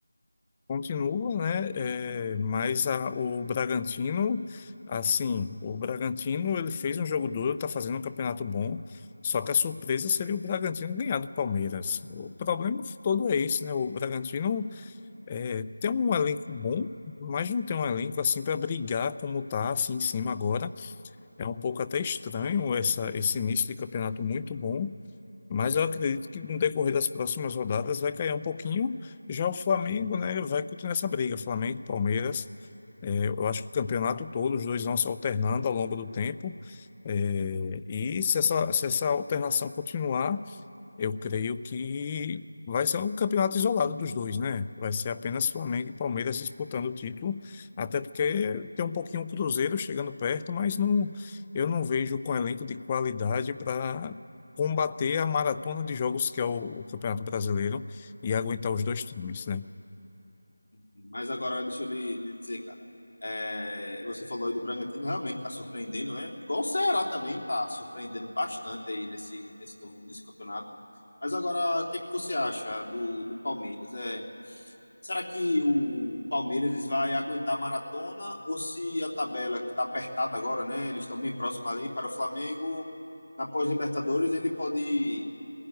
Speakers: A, on the left; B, on the left.
A: continua, né? eh, mas a- o Bragantino, assim, o Bragantino ele fez um jogo duro, está fazendo um campeonato bom. Só que a surpresa seria o Bragantino ganhar do Palmeiras. O problema todo é esse, né? O Bragantino É, tem um elenco bom, mas não tem um elenco assim para brigar como tá assim em cima agora. É um pouco até estranho essa, esse início de campeonato muito bom, mas eu acredito que no decorrer das próximas rodadas vai cair um pouquinho. Já o Flamengo, né, vai continuar essa briga. Flamengo, Palmeiras, é, eu acho que o campeonato todo, os dois vão se alternando ao longo do tempo. É, e se essa, se essa alternação continuar. Eu creio que vai ser um campeonato isolado dos dois, né? Vai ser apenas Flamengo e Palmeiras disputando o título, até porque tem um pouquinho o Cruzeiro chegando perto, mas não, eu não vejo com elenco de qualidade para combater a maratona de jogos que é o, o Campeonato Brasileiro e aguentar os dois times, né?
B: Mas agora deixa eu lhe, lhe dizer, cara. É, você falou aí do Bragantino, realmente tá surpreendendo, né? Igual o Ceará também tá surpreendendo bastante aí nesse, nesse, novo, nesse campeonato. Mas agora, o que é que você acha do, do Palmeiras? É, será que o, o Palmeiras eles vai aguentar a maratona ou se a tabela que tá apertada agora, né? Eles estão bem próximos ali para o Flamengo, na pós-Libertadores, ele pode